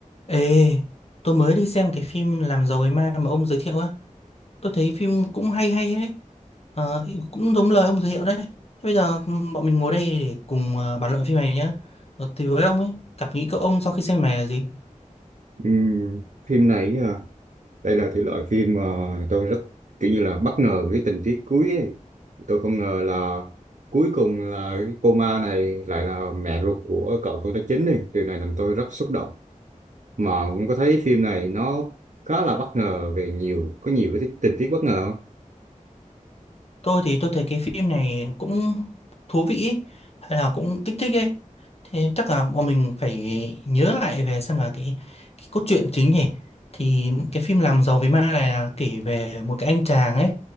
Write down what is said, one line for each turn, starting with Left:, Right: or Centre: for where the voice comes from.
Left: Ê, tôi mới đi xem cái phim Làm giàu ấy ma mà ông giới thiệu á. Tôi thấy phim cũng hay hay đấy. Ờ, cũng giống lời ông giới thiệu đấy. Thế Bây giờ ừm, bọn mình ngồi đây để cùng ờ, bàn luận phim này nhá. Ờ, thì với ông ấy, cảm nghĩ của ông sau khi xem phim này là gì?
Right: Ừm, phim này à, đây là thể loại phim mà tôi rất kiểu như là bất ngờ cái tình tiết cuối ấy. Tôi không ngờ là cuối cùng là cái cô ma này lại là mẹ ruột của cậu con trai chính đi. Điều này làm tôi rất xúc động. Mà cũng có thấy phim này nó khá là bất ngờ về nhiều có nhiều cái tình tiết bất ngờ không?
Left: tôi thì tôi thấy cái phim này cũng thú vị ý, hay là cũng kích thích ấy thế chắc là bọn mình phải nhớ lại về xem là cái cái cốt truyện chính nhỉ thì cái phim làm giàu vì ma này là kể về một cái anh chàng ấy